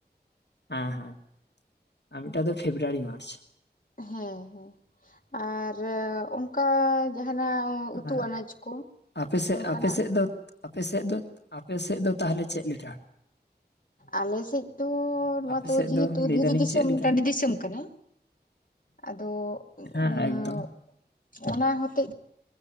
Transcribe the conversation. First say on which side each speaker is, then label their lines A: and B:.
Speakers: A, on the left; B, on the left.
A: ᱦᱮᱸ ᱦᱮᱸ ᱟ ᱢᱮᱜᱴᱟ ᱫᱚ ᱯᱷᱮᱵᱨᱩᱣᱟᱨᱤ ᱢᱟᱨᱪ
B: ᱦᱮᱸᱦᱮᱸ ᱟᱨ ᱚᱱᱴᱝᱠᱟ ᱡᱟᱦᱟᱱᱟᱜ ᱩᱛᱩ
A: ᱟᱨ
B: ᱟᱱᱟᱡ ᱠᱚ
A: ᱟᱯᱮ ᱥᱮᱜ
B: ᱚᱱᱠᱟᱱᱟᱜ
A: ᱟᱯᱮ ᱥᱮᱜ ᱫᱚ ᱟᱯᱮ ᱥᱮᱜ ᱫᱚ, ᱟᱯᱮ ᱥᱮᱜ ᱫᱚ ᱛᱟᱦᱞᱮ ᱪᱮᱜ ᱞᱮᱠᱟ?
B: ᱟᱞᱮ ᱥᱮᱫ ᱫᱚ ᱱᱚᱣᱟ
A: ᱟᱯᱮ
B: ᱫᱚ
A: ᱥᱮᱫ
B: ᱡᱮᱦᱮᱛᱩ
A: ᱞᱟᱹᱭ
B: ᱫᱷᱤᱨᱤ
A: ᱫᱟᱞᱤᱧ
B: ᱫᱤᱥᱚᱢ,
A: ᱪᱮᱫ ᱞᱮᱠᱟ
B: ᱴᱟᱺᱰᱤ ᱫᱤᱥᱚᱢ ᱠᱟᱱᱟ ᱟᱫᱚ ᱩ
A: ᱦᱮᱸ ᱮᱠᱫᱚᱢ
B: ᱚᱱᱟ ᱦᱚᱛᱮᱡ